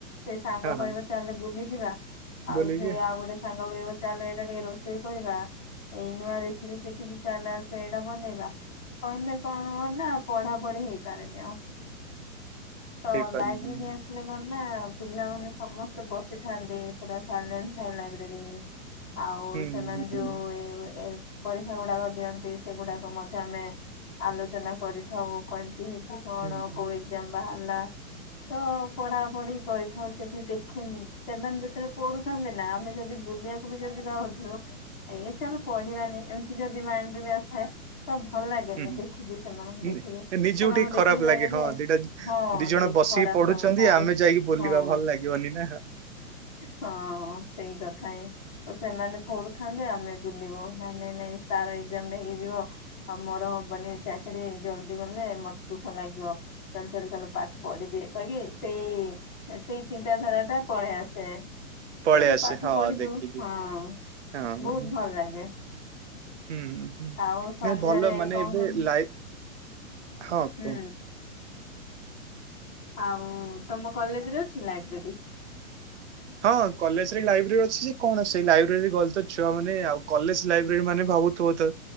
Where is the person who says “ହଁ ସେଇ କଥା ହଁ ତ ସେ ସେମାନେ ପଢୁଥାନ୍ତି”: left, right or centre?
Left